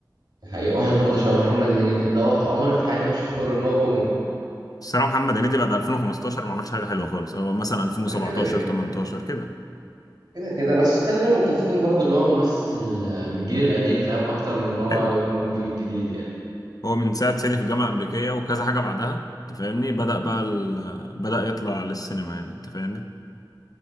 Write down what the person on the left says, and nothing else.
الصراحه محمد هنيدي بعد 2015 ما عملش حاجه حلوه خالص او مثلا 2017
18 كده
حلو
هو من ساعة سيدي في الجامعة الأمريكية وكذا حاجة بعدها أنت فاهمني بدأ بقى ال... بدأ يطلع للسينما يعني أنت فاهمني